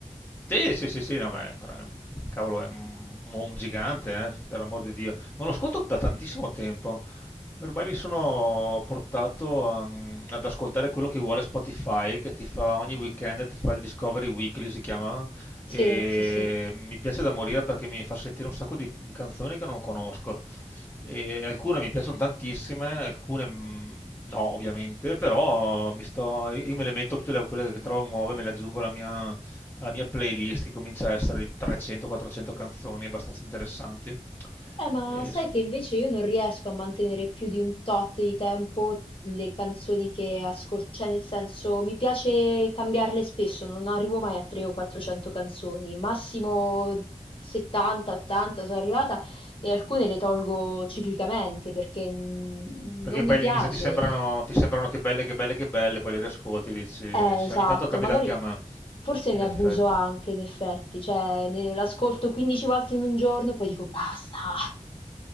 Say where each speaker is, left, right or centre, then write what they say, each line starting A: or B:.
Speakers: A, on the left (about 15°); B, on the left (about 40°).
A: Sì, sì, sì, sì, no, ma è un gran- cavolo, è un, un gigante, eh, per l'amor di Dio. Non lo ascolto da tantissimo tempo. Ormai mi sono portato a- ad ascoltare quello che vuole Spotify, che ti fa ogni weekend, ti fa il Discovery Weekly, si chiama,
B: Sì,
A: e
B: sì, sì.
A: mi piace da morire perché mi fa sentire un sacco di, di canzoni che non conosco. E alcune mi piacciono tantissime, alcune mm, no, ovviamente, però mi sto, io me le metto tutte le- quelle che trovo nuove, me le aggiungo alla mia alla mia playlist che comincia a essere di 300-400 canzoni abbastanza interessanti.
B: Eh, ma
A: E
B: sai
A: so-
B: che invece io non riesco a mantenere più di un tot di tempo le canzoni che ascolto, cioè nel senso mi piace cambiarle spesso, non arrivo mai a 300 o 400 canzoni, massimo 70, 80 sono arrivata e alcune le tolgo ciclicamente perché mm,
A: perché
B: non mi
A: poi
B: piace.
A: all'inizio ti sembrano, ti sembrano che belle, che belle, che belle, poi le riascolti e dici,
B: Eh,
A: sì,
B: esatto,
A: ogni tanto capita
B: magari
A: anche a me,
B: forse
A: in
B: ne abuso
A: effetti.
B: anche in effetti, cioè ne- l'ascolto 15 volte in un giorno, poi dico basta.